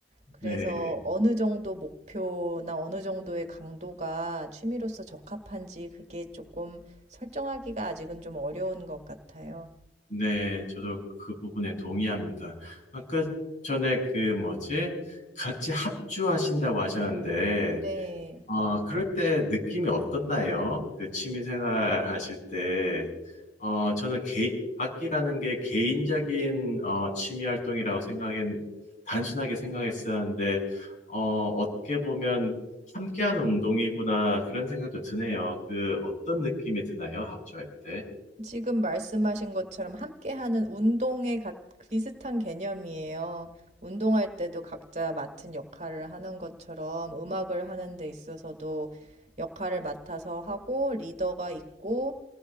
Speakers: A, on the right; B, on the left.
A: 그래서
B: 네.
A: 어느 정도 목표나 어느 정도의 강도가 취미로서 적합한지 그게 조금 설정하기가 아직은 좀 어려운 것 같아요.
B: 네, 저도 그 부분에 동의합니다. 아까 전에 그 뭐지? 같이 합주하신다고 하셨는데
A: 네.
B: 어, 그럴 때 느낌이 어떻나요? 그 취미 생활 하실 때, 어, 저는 개, 악기라는 게 개인적인 어, 취미 활동이라고 생각했, 단순하게 생각했었는데, 어, 어떻게 보면 함께하는 운동이구나, 그런 생각도 드네요. 그 어떤 느낌이 드나요? 합주할 때?
A: 지금 말씀하신 것처럼 함께하는 운동에 가- 비슷한 개념이에요. 운동할 때도 각자 맡은 역할을 하는 것처럼 음악을 하는 데 있어서도 역할을 맡아서 하고 리더가 있고